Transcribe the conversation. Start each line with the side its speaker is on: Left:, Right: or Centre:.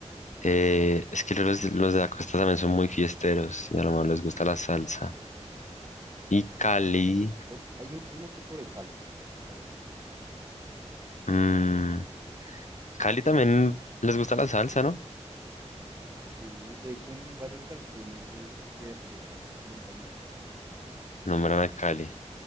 Left: Eh, es que los, los de la costa también son muy fiesteros y a lo mejor les gusta la salsa. Y Cali,
Right: Exacto. Hay una, hay una que sobresalta, la verdad.
Left: mm, Cali también les gusta la salsa, ¿no?
Right: Sí, de hecho en varias canciones de, de así de salsa nombran a esta, esta ciudad.
Left: Nombran a Cali,